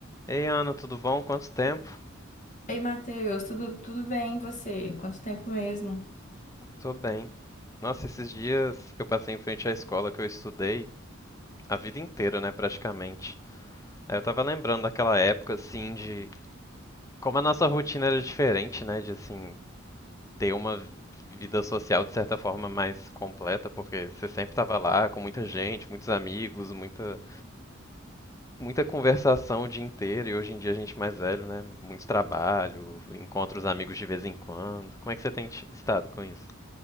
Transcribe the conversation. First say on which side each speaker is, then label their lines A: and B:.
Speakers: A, on the left; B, on the left.
A: Ei, Ana, tudo bom? Quanto tempo?
B: Ei, Matheus, tudo, tudo bem? E você? Quanto tempo mesmo?
A: Tô bem. Nossa, esses dias eu passei em frente à escola que eu estudei a vida inteira, né, praticamente. Aí eu tava lembrando daquela época, assim, de como a nossa rotina era diferente, né, de, assim, ter uma vida social de certa forma mais completa, porque você sempre tava lá com muita gente, muitos amigos, muita, muita conversação o dia inteiro, e hoje em dia a gente mais velho, né, muito trabalho, encontra os amigos de vez em quando. Como é que você tem t- estado com isso?